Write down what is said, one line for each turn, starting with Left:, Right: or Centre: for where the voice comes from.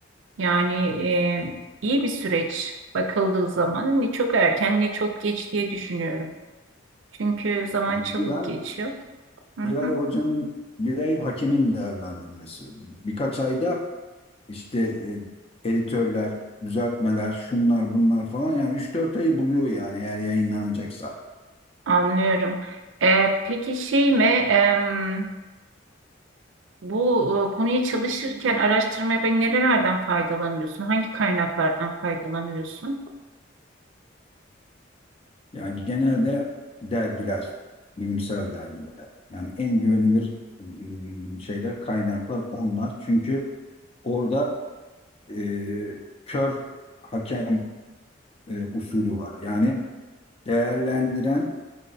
Right: Yani e, iyi bir süreç bakıldığı zaman ne çok erken ne çok geç diye düşünüyorum. Çünkü zaman
Left: Yani
Right: çabuk
Left: bir ay
Right: geçiyor. Hı
Left: Bir
Right: hı,
Left: ay hocanın, bir ay hakemin değerlendirmesi. Birkaç ayda işte e, editörler, düzeltmeler, şunlar bunlar falan yani üç dört ayı buluyor yani eğer yayınlanacaksa.
Right: anlıyorum. E, peki şey mi? em, Bu e, konuyu çalışırken, araştırmaya ben nerelerden faydalanıyorsun? Hangi kaynaklardan faydalanıyorsun?
Left: Yani genelde dergiler, bilimsel dergiler. Yani en güvenilir mm, şeyler, kaynaklar onlar. Çünkü orada e, kör hakem e, usulü var. Yani değerlendiren